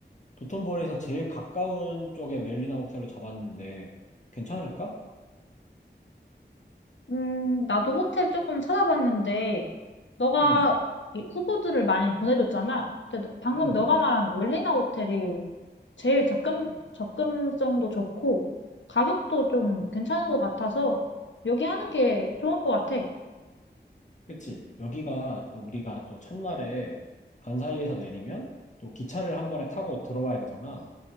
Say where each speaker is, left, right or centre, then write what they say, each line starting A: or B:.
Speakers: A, on the left; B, on the left.
A: 도톤보리에서 제일 가까운 쪽에 웰리나 호텔로 잡았는데, 괜찮을까?
B: 음, 나도 호텔 조금 찾아봤는데, 너가
A: 음.
B: 이 후보들을 많이 보내줬잖아. 근데 너- 방금
A: 음,
B: 너가 말한 웰리나 호텔이 제일 접근, 접근성도 좋고, 가격도 좀 괜찮은 것 같아서, 여기 하는 게 좋을 것 같아.
A: 그치. 여기가 또 우리가 또 첫날에 간사이에서 내리면 또 기차를 한 번에 타고 들어와야 되잖아.